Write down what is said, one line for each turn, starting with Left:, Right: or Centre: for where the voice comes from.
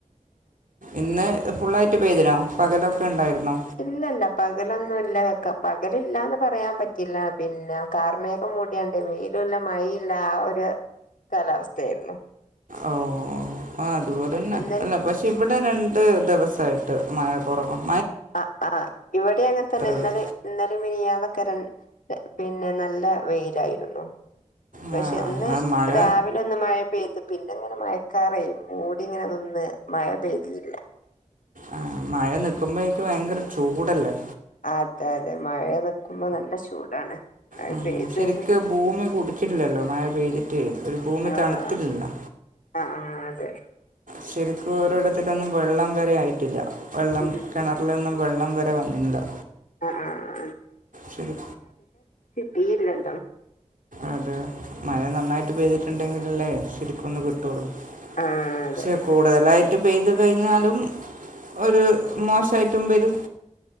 Right: ഇന്ന് ഫുള്ളായിട്ട് പെയ്തിനോ പകലൊ ഒക്കെ ഉണ്ടായിരുന്നോ
Left: ഇല്ലല്ല പകലൊന്നും ഇല്ല പകലില്ലന്ന് പറയാൻ പറ്റില്ല പിന്നെ കാർമേഘം മൂടിയാണ്ട് വെയിലല്ല മഴയില്ല ആ ഒരു കാലാവസ്ഥയായിരുന്നു
Right: ഓ ആഹ അതുപോലെന്നെ
Left: ഇന്നലെ
Right: അല്ല പക്ഷേ ഇവിടെ രണ്ട് ദിവസമായിട്ട് മഴ കുറവാണ്
Left: ആ ആ ഇവിടെ അങ്ങനെ തന്നെ
Right: ഉള്ളൂ
Left: ഇന്നലിം മിനാന്നും കരൻ പിന്നെ നല്ല വെയിലായിരുന്നു
Right: ആ
Left: പക്ഷെ ഇന്ന്
Right: ആ മഴ
Left: രാവിലെ ഒന്ന് മഴ പെയ്തി പിന്നെങ്ങനെ മയക്കാറെ മൂടിങ്ങനെ നിന്ന് മഴ പെയ്തില്ല
Right: ആ മഴ നിക്കുമ്പോഴോക്കും ഭയങ്കര ചൂടല്ലേ
Left: അതെ അതെ മഴ നിക്കുമ്പോ നല്ല ചൂടാണ് മഴ
Right: ഉ
Left: പെയ്തണ്ട്
Right: ശരിക്കും ഭൂമി കുടിച്ചിട്ടില്ലല്ലോ മഴ പെയ്തിട്ട് ഒരു ഭൂമി
Left: ആഹ്
Right: തണുത്തില്ലല്ലോ
Left: ആഹ് ആഹ് അതെ
Right: ശരിക്കും ഓരോടിത്തിക്കും വെള്ളം ഇത് വരെ ആയിട്ടില്ല വെള്ളം
Left: ഉം
Right: കിണറിലൊന്നും വെള്ളം വരെ വന്നില്ല
Left: ആഹ് ആഹ്
Right: ശരി
Left: തീരില്ലല്ലോ
Right: അതെ മഴ നന്നായിട്ട് പെയ്തിട്ടുണ്ടെങ്കിൽ അല്ലേ ശരിക്കൊന്ന് കിട്ടുള്ളൂ
Left: ആഹ് അതെ
Right: പക്ഷെ കൂടുതലായി് മഴ പെയ്ത് കഴിഞ്ഞാലും ഒരു മോശമായിട്ടും വരും